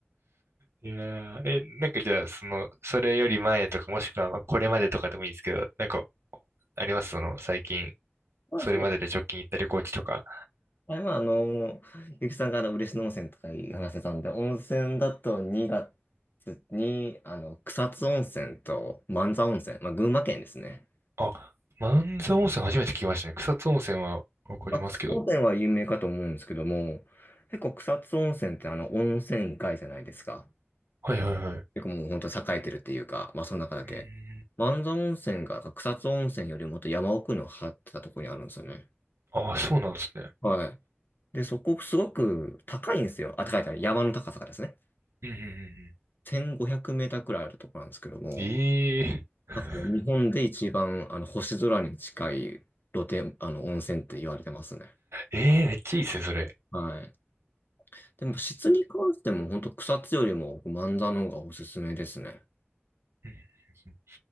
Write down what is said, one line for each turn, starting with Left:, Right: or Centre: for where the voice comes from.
Right: いやー、え、なんかじゃあ、その、それより前とか、もしくは、まあ、これまでとかでもいいんですけど、なんか、ありますその、最近、
Left: <laughs>
Right: それまでで直近行った旅行地とか。
Left: あれは、あの、ゆきさんがあの嬉野温泉とか話せたんで、温泉だと2月に、あの、草津温泉と万座温泉、まあ、群馬県ですね。
Right: あ、万座温泉初めて聞きましたね。草津温泉はわかりますけど。
Left: まあ、草津温泉は有名かと思うんですけども、結構草津温泉ってあの、温泉街じゃないですか。
Right: はいはいはい。う
Left: 結構もう本当栄えてるっていうか、まあ、その中だけ。
Right: ーん。
Left: 万座温泉が草津温泉よりもっと山奥の張ってたところにあるんですよね。
Right: ああ、そうなんですね。
Left: はい。で、そこすごく高いんですよ。あ、高い高い。山の高さがですね。
Right: うんうん。うんうんうんうん
Left: 1500メーターくらいあるところなんですけども、
Right: ええ
Left: なんかもう日本で一番あの星空に近い露天、
Right: <laughs>。
Left: あの温泉って言われてますね。
Right: ええ、めっちゃいいですね、それ。
Left: はい。でも質に関しても本当草津よりも僕万座の方がおすすめですね。
Right: うんうんうん